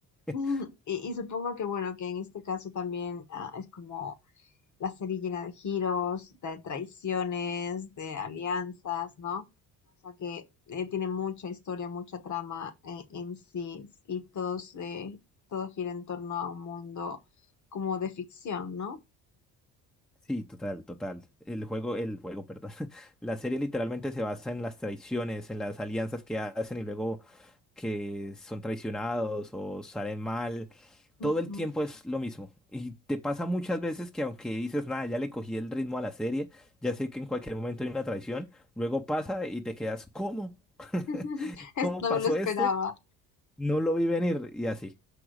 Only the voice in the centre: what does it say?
<laughs>
Sí, total, total. El juego, el juego, perdón. <laughs> La serie literalmente se basa en las traiciones, en las alianzas que hacen y luego que son traicionados o salen mal.
Todo el tiempo es lo mismo. Y te pasa muchas veces que aunque dices, nada, ya le cogí el ritmo a la serie, ya sé que en cualquier momento hay una traición, luego pasa y te quedas, ¿cómo? <laughs>
¿Cómo
pasó
esto? No lo vi venir y así.